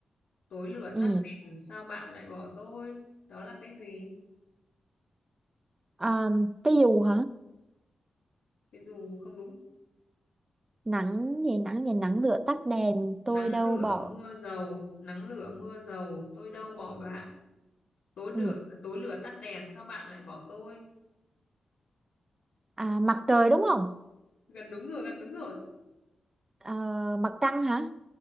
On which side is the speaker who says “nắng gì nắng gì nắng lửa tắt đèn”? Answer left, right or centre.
Right